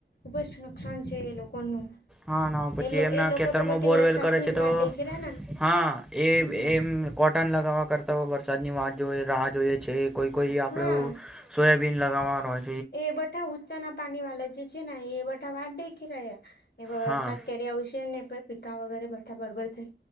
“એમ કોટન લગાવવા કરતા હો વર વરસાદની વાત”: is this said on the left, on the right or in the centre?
Centre